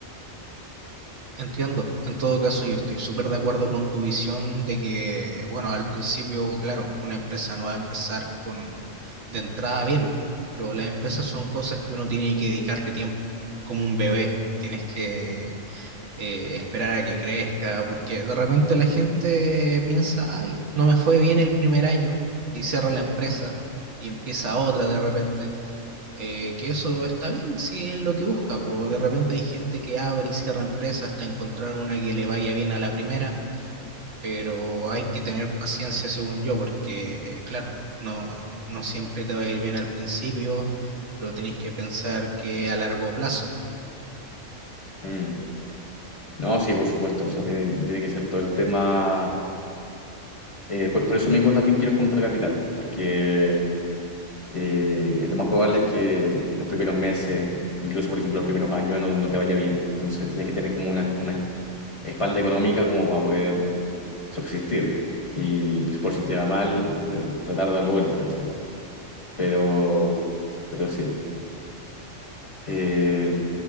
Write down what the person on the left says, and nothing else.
Mm. No, sí, por supuesto, o sea, tiene, tiene que ser todo el tema Eh, por, por eso mismo también quiero juntar capital, porque eh, lo más probable es que los primeros meses, incluso por ejemplo los primeros años, no, no te vaya bien. Entonces tienes que tener como una, una espalda económica como para poder subsistir. Y pues por si te va mal, eh, tratar de darlo vuelta, ¿cachai? Pero, pero sí. Eh,